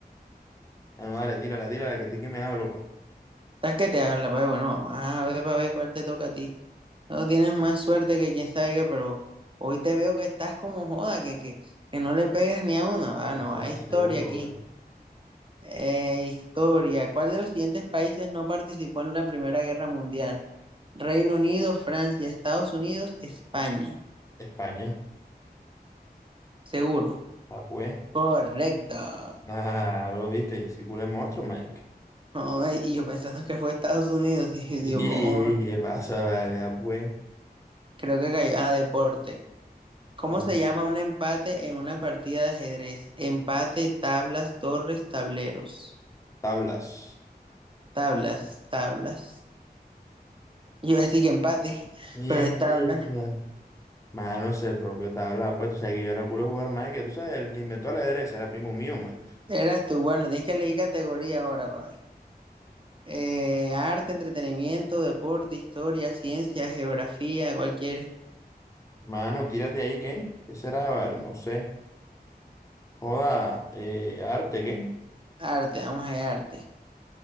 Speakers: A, on the left (about 20°); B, on the right (about 30°).
A: Ah, No, dale, tírala, tírala, que estoy que me hablo, pues.
B: ¿Estás que te habla, pero Bueno, vamos a ver para ver cuál te toca a ti. No tienes más suerte que quién sabe qué, pero hoy te veo que estás como joda, que, que, que no le pegas ni a uno. Ah,
A: No
B: no,
A: jodas,
B: hay historia
A: seguro,
B: aquí.
A: güey.
B: Eh, historia. ¿Cuál de los siguientes países no participó en la Primera Guerra Mundial? Reino Unido, Francia, Estados Unidos, España.
A: España.
B: Seguro.
A: Ah, pues.
B: Correcto.
A: Claro, viste, yo soy culo de monstruo, Mike.
B: Ay, y yo pensando que fue Estados Unidos <laughs> y
A: Y
B: digo, "Oh,
A: qué pasa, vale, ah, pues.
B: creo que cayó. Ah, deporte. ¿Cómo
A: Ah,
B: se llama un empate en una partida de ajedrez? Empate, tablas, torres, tableros.
A: Tablas.
B: Tablas, tablas. Yo iba a decir que empate, <laughs>
A: Oye,
B: pero es tabla.
A: eh, mano, es el propio tabla, pues tú sabes que yo era culo de jugar, Mike, que tú sabes, el que inventó el ajedrez era primo mío, manito.
B: Eras tú. Bueno, tienes que elegir categoría ahora, para ver. Eh, arte, entretenimiento, deporte, historia, ciencia, geografía, cualquier
A: Mano, tírate ahí, ¿qué? ¿Qué será, vale? No sé. Joda, eh, arte, ¿qué?
B: arte. Vamos a ver, arte.